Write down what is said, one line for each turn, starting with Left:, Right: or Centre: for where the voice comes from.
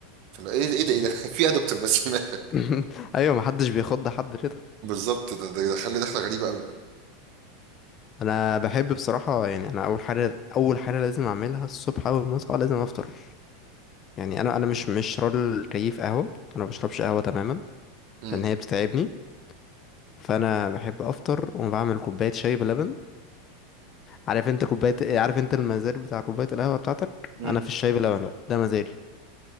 Right: فلو ايه ده ايه ده ايه ده <laughs> في ايه يا دكتور بس مالك
Left: <laughs> ايوه محدش بيخض حد كده
Right: بالظبط ده ده دخل لي دخله غريبه قوي
Left: انا بحب بصراحة يعني انا اول حاجة اول حاجة لازم اعملها الصبح اول ما اصحى لازم افطر يعني انا انا مش مش راجل كيف قهوة انا ما بشربش قهوة تماما
Right: امم
Left: لان هي بتتعبني فانا بحب افطر وبعمل كوبايه شاي بلبن عارف انت كوبايه إيه؟ عارف انت المزاج بتاع كوبايه القهوه بتاعتك
Right: مم.
Left: انا في الشاي بلبن بقى ده مزاجي